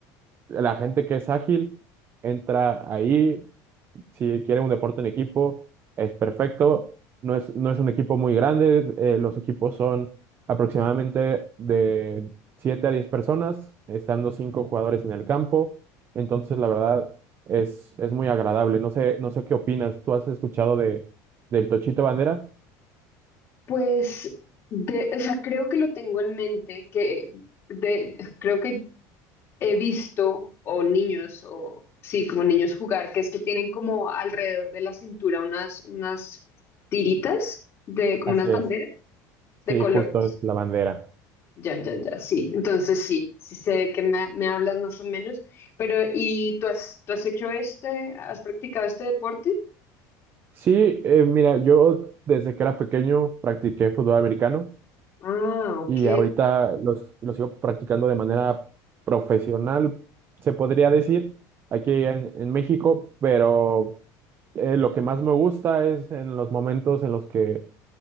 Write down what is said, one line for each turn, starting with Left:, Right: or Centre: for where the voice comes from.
Right: la gente que es ágil entra ahí si quieren un deporte en equipo, es perfecto. No es, no es un equipo muy grande. eh, los equipos son aproximadamente de 7 a 10 personas, estando 5 jugadores en el campo. Entonces, la verdad, es, es muy agradable. No sé, no sé qué opinas. ¿Tú has escuchado de, del Tochito Bandera?
Left: Pues, de, o sea, creo que lo tengo en mente, que de, creo que he visto, o niños, o sí, como niños jugar, que es que tienen como alrededor de la cintura unas, unas tiritas, de, como
Right: Así
Left: unas banderas
Right: es. Sí,
Left: de colores.
Right: justo es la bandera.
Left: Ya, ya, ya, sí. Entonces sí, sí sé de qué me, me hablas más o menos. Pero, ¿y tú has, tú has hecho este, has practicado este deporte?
Right: Sí, eh, mira, yo desde que era pequeño practiqué fútbol americano.
Left: Ah, ok.
Right: y ahorita los, los sigo practicando de manera profesional, se podría decir, aquí en, en México, pero eh, lo que más me gusta es en los momentos en los que